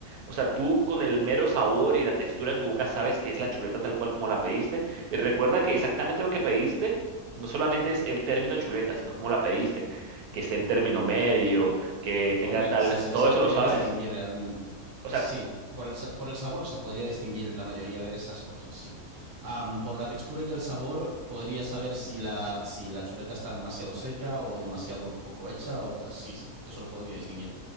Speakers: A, on the right; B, on the right.
A: O sea, tú con el mero sabor y la textura en tu boca sabes que es la chuleta tal cual como la pediste. Y recuerda que exactamente lo que pediste no solamente es el término chuleta, sino cómo la pediste, que esté en término medio, que tenga
B: Hombre,
A: tal,
B: se, se-
A: todo
B: se
A: eso
B: podría
A: lo sabes.
B: distinguir realmente.
A: O sea,
B: Sí, por el, sa- por el sabor se podría distinguir la mayoría de esas cosas, sí. Am, por la textura y el sabor podría saber si la, si la chuleta está demasiado seca o demasiado poco hecha o ta- sí, sí, eso lo podría distinguir.